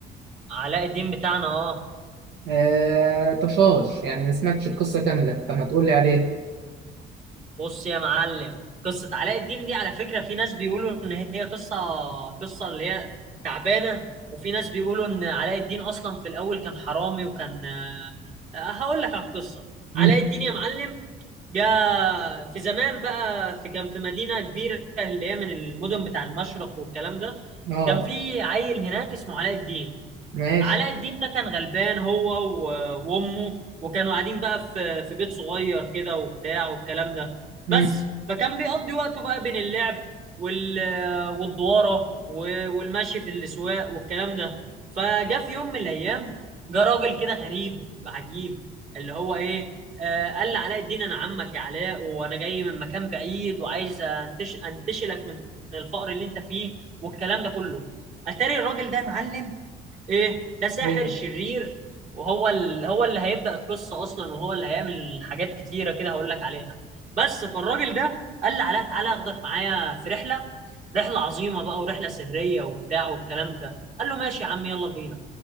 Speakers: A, on the right; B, on the right.
A: علاء الدين بتاعنا اه
B: آه تشاش يعني ما سمعتش القصة كاملة طب ما تقول لي عليه
A: بص يا معلم قصة علاء الدين دي على فكرة في ناس بيقولوا إن هي قصة قصة اللي هي تعبانة وفي ناس بيقولوا إن علاء الدين أصلا في الأول كان حرامي وكان آه، آه، هقول لك على القصة
B: مم،
A: علاء الدين يا معلم جاء في زمان بقى في كان في مدينة كبيرة اللي هي من المدن بتاع المشرق والكلام ده
B: اه
A: كان في عيل هناك اسمه علاء الدين
B: ماشي
A: علاء الدين ده كان غلبان هو و- وامه وكانوا قاعدين بقى في في بيت صغير كده وبتاع والكلام ده
B: مم.
A: بس فكان بيقضي وقته بقى بين اللعب وال والدواره و- والمشي في الاسواق والكلام ده فجاء في يوم من الايام جه راجل كده غريب عجيب اللي هو ايه آه قال لعلاء الدين انا عمك يا علاء وانا جاي من مكان بعيد وعايز انتش انتشلك من الفقر اللي انت فيه والكلام ده كله اتاري الراجل ده يا معلم ايه ده ساحر
B: ايه
A: شرير وهو ال... هو اللي هيبدأ القصة اصلا وهو اللي هيعمل حاجات كتيرة كده هقول لك عليها بس فالراجل ده قال لي علاء تعالى اخدك معايا في رحلة رحلة عظيمة بقى ورحلة سرية وبتاع والكلام ده قال له ماشي يا عم يلا بينا